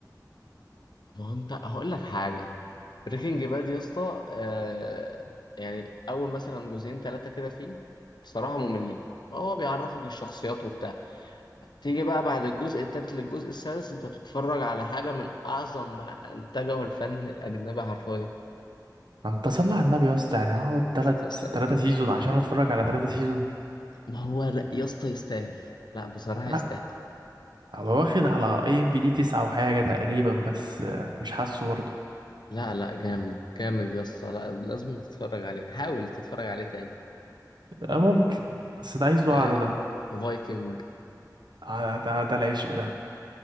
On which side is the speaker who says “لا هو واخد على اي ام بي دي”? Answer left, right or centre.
Right